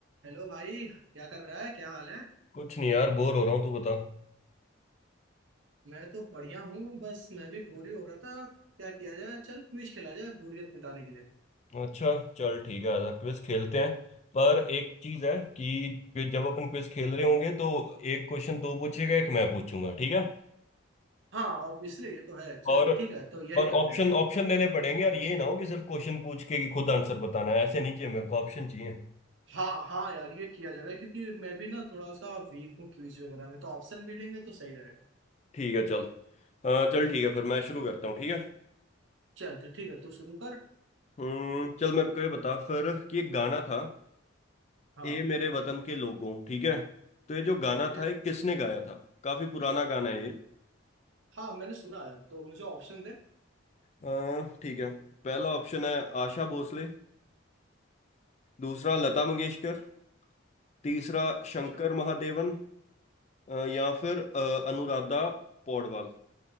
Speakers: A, on the right (about 70°); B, on the left (about 35°).
A: Hello भाई क्या कर रहा है क्या हाल है
B: कुछ नहीं यार बोर हो रहा हूँ तू बता
A: मैं तो बढ़िया हूँ बस मैं भी बोरी हो रहा था क्या किया जाए चल क्विज खेला जाए बोरियत मिटाने के लिए
B: अच्छा चल ठीक है आजा क्विज खेलते हैं पर एक चीज है कि कि जब अपन क्विज खेल रहे होंगे तो एक क्वेश्चन तू पूछेगा एक मैं पूछूंगा ठीक है
A: हाँ ऑब्वियसली ये तो है चल
B: और
A: ठीक है तो यही
B: और
A: करते
B: ऑप्शन
A: हैं
B: ऑप्शन देने पड़ेंगे और ये ना हो कि सिर्फ क्वेश्चन पूछ के कि खुद आंसर बताना है ऐसे नहीं चाहिए मेरे को ऑप्शन चाहिए
A: हाँ हाँ यार ये किया जाएगा क्योंकि मैं भी ना थोड़ा सा वीक हूँ क्विज वगैरह में तो ऑप्शन मिलेंगे तो सही रहेगा
B: ठीक है चल अ, चल ठीक है फिर मैं शुरू करता हूँ ठीक है
A: चल तो ठीक है तू शुरू कर
B: हम्म चल मेरे को ये बता फिर कि एक गाना था
A: हाँ
B: ए मेरे वतन के लोगों ठीक है तो ये जो गाना
A: ठीक है
B: था ये किसने गाया था काफी पुराना गाना है ये
A: हाँ मैंने सुना है तो मुझे ऑप्शन दे
B: अ, ठीक है पहला ऑप्शन है आशा भोसले दूसरा लता
A: अच्छा
B: मंगेशकर तीसरा शंकर
A: अच्छा
B: महादेवन अ, या फिर अ, अनुराधा पौडवाल